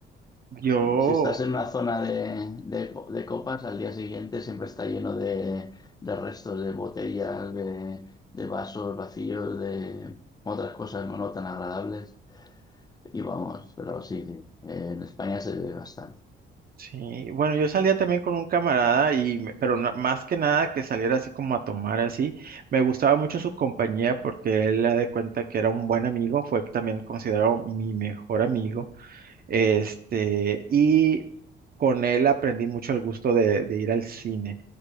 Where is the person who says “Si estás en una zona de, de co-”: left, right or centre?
Left